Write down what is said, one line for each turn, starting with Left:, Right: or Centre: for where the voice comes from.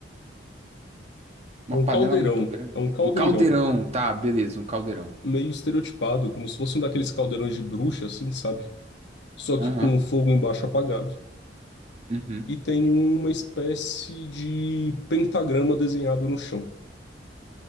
Right: uma
Left: É um
Right: panela
Left: caldeirão.
Right: muito grande.
Left: É um caldeirão
Right: Um caldeirão, tá, beleza, um caldeirão.
Left: meio estereotipado, como se fosse um daqueles caldeirões de bruxa, assim, sabe? Só
Right: Aham,
Left: que com o fogo embaixo apagado.
Right: uhum,
Left: e tem uma espécie de pentagrama desenhado no chão.